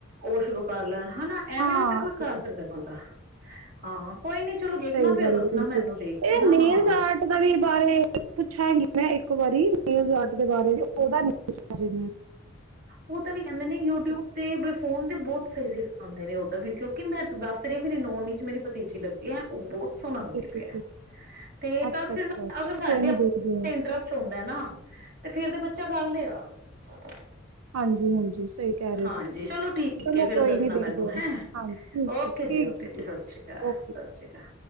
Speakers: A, on the right; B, on the right.
A: ਉਹ ਸ਼ੁਰੂ ਕਰ ਲੈਣ। ਹਨਾ ਐਵੇਂ
B: ਹਾਂ
A: ਦਾ ਤੇ ਕੋਈ ਕਰ ਸਕਦਾ ਬੰਦਾ। ਹਾਂ। ਕੋਈ ਨੀ ਚਲੋ ਦੇਖਣਾ।
B: ਸਹੀ
A: ਫੇਰ
B: ਗੱਲ
A: ਦੱਸਣਾ
B: ਹੈ ਬਿਲਕੁਲ
A: ਮੈਨੂੰ। ਕੇ
B: ਇਹ
A: ਨਾ
B: ਨੈਲਸ
A: ਹਾਂ
B: ਆਰਟ ਦਾ ਵੀ ਬਾਰੇ ਪੁੱਛਾਂਗੀ। ਮੈਂ ਇੱਕ ਵਾਰੀ ਨੈਲਜ਼ ਆਰਟ ਦੇ ਬਾਰੇ ਵੀ <inaudible>
A: ਉਹ ਤਾਂ ਵੀ ਕਹਿੰਦੇ ਨੇ ਯੂਟਿਊਬ
B: ਨਾ
A: ਤੇ ਬਈ ਫੋਨ ਤੇ ਬਹੁਤ ਸਹੀ ਸਿਖਾਉਂਦੇ ਨੇ ਉਹ ਤਾਂ ਫ਼ੇਰ। ਕਿਉਂਕਿ ਮੈਂ ਦੱਸ ਰਹੀ ਮੇਰੀ ਨੋਨ ਵਿੱਚ ਨਾ ਮੇਰੀ ਭਤੀਜੀ ਲੱਗੀ ਹੈ ਉਹ ਬਹੁਤ ਸੋਨਾ ਕਰਦੀ
B: ਠੀਕ
A: ਪਈ
B: ਠੀਕ ਠੀਕ
A: ਤੇ
B: ਅੱਛਾ
A: ਤਦ ਫਿਰ
B: ਅੱਛਾ
A: ਮੈਂ ਅਗਰ
B: ਚਲੋ
A: ਸਾਡੇ
B: ਕੋਈ ਨੀ ਦੇਖਦੇ ਹਾਂ
A: ਇੰਟਰਸਟ <unintelligible> ਹੁੰਦਾ ਨਾ ਤੇ ਫੇਰ ਤੇ <unintelligible> ਕਰ ਲਏਗਾ। <inaudible>
B: ਹਾਂਜੀ। ਹਾਂਜੀ। ਸਹੀ ਕਹਿ ਰਹੇ
A: ਹਾਂਜੀ।
B: ਹੋ ਤੁਸੀਂ
A: ਚਲੋ ਠੀਕ
B: ਚਲੋ
A: ਹੈ। ਫੇਰ
B: ਕੋਈ
A: ਦੱਸਣਾ
B: ਨੀ ਦੇਖਦੇ
A: ਮੈਨੂੰ ਹੈਂ।
B: ਆ ਹਾਂਜੀ ਠੀਕ
A: ਓਕੇ
B: ਠੀਕ ਠੀਕ
A: ਜੀ ਓਕੇ ਜੀ
B: ਠੀਕ
A: ਸਤਿ ਸ਼੍ਰੀ ਅਕਾਲ
B: ਓਕੇ
A: ਸਤਿ ਸ਼੍ਰੀ ਅਕਾਲ।